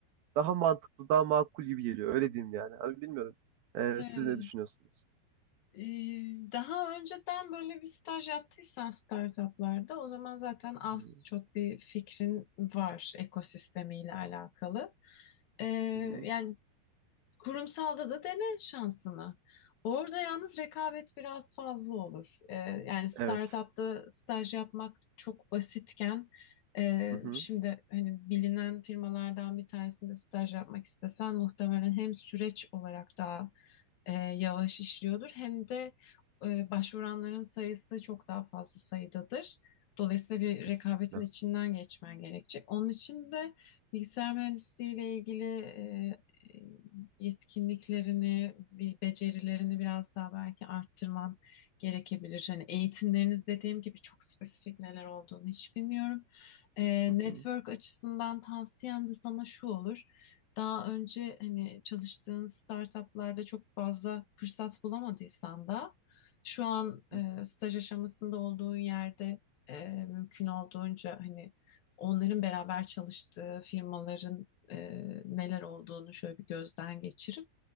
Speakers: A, on the right; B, on the left.
A: daha mantıklı, daha makul gibi geliyor. Öyle diyeyim yani. Abi bilmiyorum. Ee,
B: Ee,
A: siz ne düşünüyorsunuz?
B: e, daha önceden böyle bir staj yaptıysan startuplarda o zaman zaten az
A: Hı hı.
B: çok bir fikrin var ekosistemiyle alakalı. Ee,
A: Hı hı.
B: yani Kurumsalda da dene şansını. Orada yalnız rekabet biraz fazla olur. Ee, yani startupta
A: Evet.
B: staj yapmak çok basitken e,
A: Hı hı.
B: şimdi hani bilinen firmalardan bir tanesinde staj yapmak istesen muhtemelen hem süreç olarak daha e, yavaş işliyordur hem de e, başvuranların sayısı çok daha fazla sayıdadır. Dolayısıyla bir
A: Kesinlikle.
B: rekabetin içinden geçmen gerekecek. Onun için de bilgisayar mühendisliği ile ilgili e, yetkinliklerini, bir becerilerini biraz daha belki arttırman gerekebilir. Hani eğitimleriniz dediğim gibi çok spesifik neler olduğunu hiç bilmiyorum. Ee,
A: Hı
B: network
A: hı.
B: açısından tavsiyem de sana şu olur. Daha önce hani çalıştığın startuplarda çok fazla fırsat bulamadıysan da şu an
A: Hı hı.
B: e, staj aşamasında olduğun yerde e, mümkün olduğunca hani onların beraber çalıştığı firmaların e, neler olduğunu şöyle bir gözden geçirip